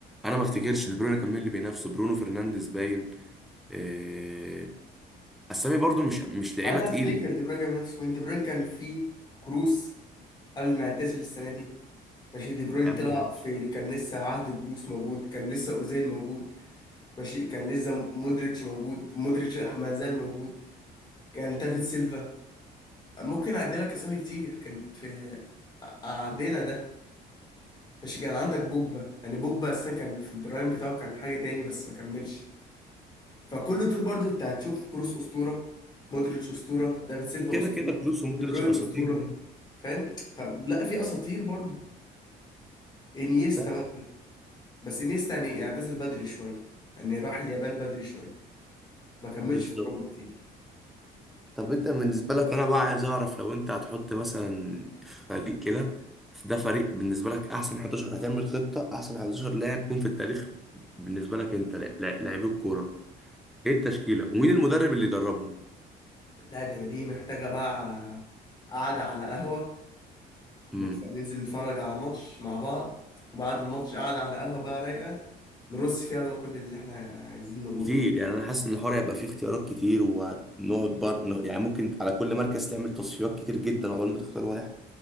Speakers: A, in the centre; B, on the left.
A: انا ما افتكرش دي بروين كان مين اللي بينافسه برونو فرنانديز باين إيه... اسامي برضو مش مش لعيبه
B: انا
A: تقيله
B: افتكر دي بروين جاب نفسه وين دي بروين كان في كروس قبل ما يعتزل السنه دي ماشي دي بروين
A: يا عم
B: طلع
A: باشا
B: في ال- كان لسه عهد جروس موجود كان لسه اوزيل موجود ماشي كان لسه مودريتش موجود مودريتش ما زال موجود كان تافيد سيلفا ممكن اعدي لك اسامي كتير كانت في عدينا ده ماشي كان عندك بوجبا يعني بوجبا اصلا كان في البرايم بتاعه كان حاجه تاني بس ما كملش فكل دول برضو انت هتشوف كروس اسطوره مودريتش اسطوره دافيد سيلفا
A: كده
B: اسطوره
A: كده كروس ومودريتش
B: دي بروين
A: اساطير
B: اسطوره فاهم فلا في اساطير برضو انيستا
A: فاهم؟
B: مثلا بس انيستا يعني اعتزل بدري شويه يعني راح اليابان بدري شويه ما كملش
A: بالظبط
B: في اوروبا كتير
A: طب انت بالنسبه لك انا بقى عايز اعرف لو انت هتحط مثلا فريق كده ده فريق بالنسبه لك احسن 11 هتعمل خطه احسن 11 لاعب جم في التاريخ بالنسبه لك انت لا- لا- لاعبي الكوره ايه التشكيله ومين المدرب اللي يدربهم
B: لا دي دي محتاجه بقى قعده على قهوه
A: امم
B: نتف... ننزل نتفرج على ماتش مع بعض وبعد الماتش قعده على قهوه بقى رايقه نرص فيها بقى كل اللي احنا عايزين نقوله
A: كتير
B: ده.
A: يعني انا حاسس ان الحوار هيبقى فيه اختيارات كتير ونقعد بر... يعني ممكن على كل مركز تعمل تصفيات كتير جدا عقبال ما تختار واحد